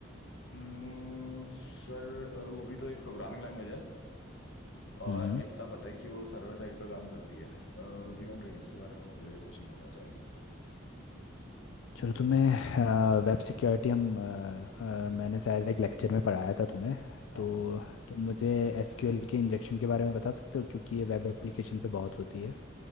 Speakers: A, on the left (about 65°); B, on the left (about 80°).
A: हम्म, सर रूबी तो एक प्रोग्रामिंग लैंग्वेज है और
B: हम्म।
A: इतना पता है कि वो सर्वर साइड पर काम करती है रूबी ऑन रेल्स के बारे में मुझे कुछ नहीं पता सॉरी
B: चलो तुम्हें अ, वेब सिक्योरिटी हम अ, अ, मैंने शायद एक लेक्चर में पढ़ाया था तुम्हें
A: हाँ
B: तो
A: जी
B: तुम मुझे एसक्यूएल के इंजेक्शन के बारे में बता सकते हो क्योंकि ये वेब एप्लीकेशन पे बहुत होती है